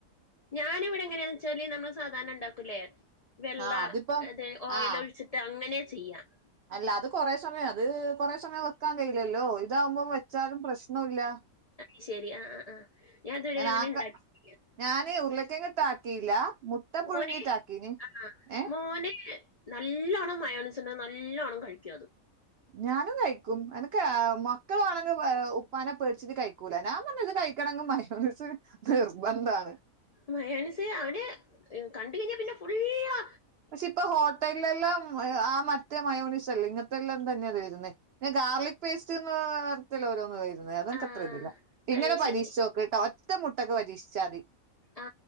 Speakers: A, on the left; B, on the right.
A: ഞാനിവിടെ എങ്ങനെയാണ് ന്ന് വെച്ചാല് നമ്മള് സാധാരണ ഉ ണ്ടാക്കൂല്ലേ വെള്ള
B: ആഹ് അതിപ്പോ
A: അത് ഓയിൽ
B: ആഹ്
A: ഒഴിച്ചിട്ട് അങ്ങനെ ചെയ്യാറ്
B: അല്ല അത് കൊറേ സമയം അത് അല്ല അത് അത് കുറെ സമയം വെക്കാൻ കയില്ലല്ലോ ഇതാവുമ്പോൾ വെച്ചാലും പ്രശ്നവുമില്ല
A: അ ശെരി ആ ഹ് ആഹ് ആ ഹ് ഞാനതു വരെ
B: ഞാൻ
A: അങ്ങനെഉ
B: ആക്ക
A: ണ്ടാക്കിയിട്ടില്ല <unintelligible>
B: ഞാന് ഉരുളക്കെയങ്ങ്ട്ടാക്കിയില്ല മുട്ട പുഴുങ്ങിട്ടാക്കീന്
A: മോന് ആഹ്
B: ഏഹ
A: മോന് നല്ലോണം മയോണിസിന് നല്ലോണം കഴിക്കു അത്
B: ഞാനും കയിക്കും എനക്ക് <unintelligible> മക്കളാണെങ്കി ഏ ഉപ്പാനെ പേടിച്ചിട് കഴിക്കില്ല കുടനം നാ പറഞ്ഞത് കഴിക്കണങ്കൽ മയോണിസ് നിർബന്ധാണ്
A: മയാണിസ് അവന് കണ്ട് കഴിഞ്ഞൽ പിന്നെ ഫുള്ളാ
B: പക്ഷെ ഇപ്പൊ ഹോട്ടലിലെല്ലാം <unintelligible> പക്ഷേ ഇപ്പോ ഹോട്ടലിൽ എല്ലാം ആ മറ്റേ മയോനസല്ലേ ഇങ്ങത്തെല്ലാം തന്നെ <unintelligible> വരുന്നെ ഗാർലിക് പേസ്റ്റ്ന്ന് വരത്തില്ലോ ഓരോന്ന് വരുന്ന് അതൊക്ക
A: ആ
B: <unintelligible> <unintelligible> ഇങ്ങനെ
A: അത്
B: പരീക്ഷിച്ചോക്ട്ടൊ
A: ശരി
B: ഒറ്റ മുട്ടൊക്കെ പരീക്ഷിച്ചാമതി
A: ആ